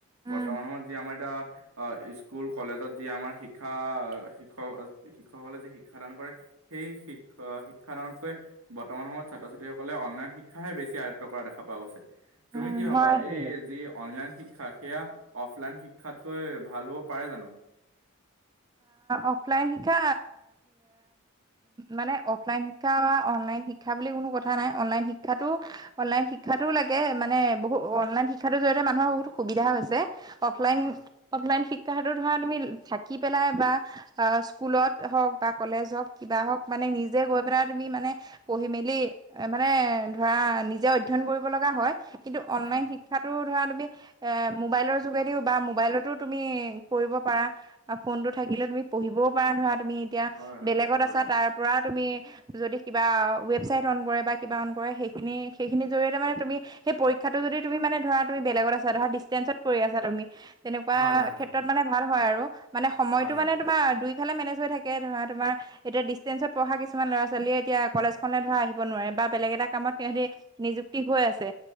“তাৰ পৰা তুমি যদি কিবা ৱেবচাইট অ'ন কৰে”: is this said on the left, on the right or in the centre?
Right